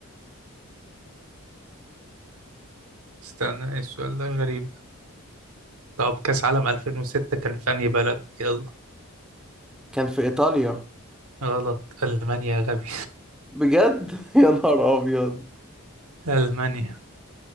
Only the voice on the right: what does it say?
استنى إيه السؤال ده غريب ده طب كأس عالم 2006 كان في أنهي بلد يلا
غلط ألمانيا يا غبي
<laughs> ألمانيا